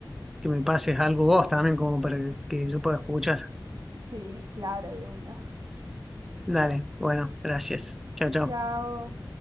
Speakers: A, in the centre; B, on the right.
A: que me pases algo vos también como para que yo pueda escuchar.
B: Sí, claro, de una.
A: Dale, bueno, gracias. Chao, chao.
B: Chao.